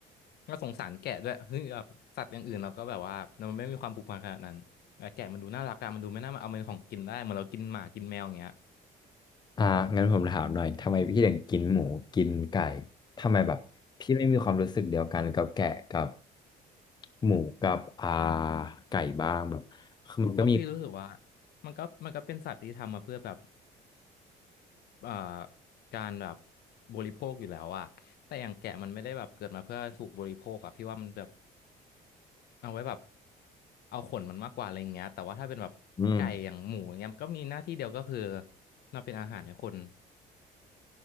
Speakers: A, on the left; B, on the left.
A: ก็สงสารแกะด้วยคือแบบสัตว์อย่างอื่นเราก็แบบว่าเราไม่มีความผูกพันขนาดนั้นแต่แกะมันดูน่ารักอะมันดูไม่น่ามาเอาเป็นของกินได้เหมือนเรากินหมากินแมวอย่างเงี้ย
B: อ่างั้นผมถามหน่อยทำไมพี่ถึงกินหมูกินไก่ทำไมแบบพี่ไม่มีความรู้สึกเดียวกันกับแกะกับหมูกับอ่าไก่บ้างแบบคือมันก็มี
A: ก็พี่รู้สึกว่ามันก็มันก็เป็นสัตว์ที่ทำมาเพื่อแบบ เอ่อการแบบบริโภคอยู่แล้วอะแต่อย่างแกะมันไม่ได้แบบเกิดมาเพื่อถูกบริโภคอะพี่ว่ามันแบบเอาไว้แบบเอาขนมันมากกว่าอะไรอย่างเงี้ยแต่ว่าถ้าเป็นแบบไก่อย่างหมูอย่างเงี้ยก็มีหน้าที่เดียวก็คือ
B: อืม
A: มาเป็นอาหารให้คน